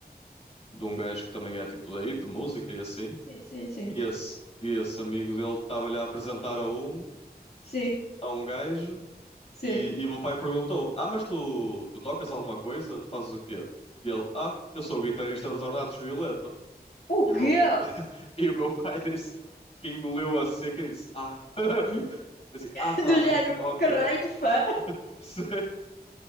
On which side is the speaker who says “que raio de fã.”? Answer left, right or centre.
Left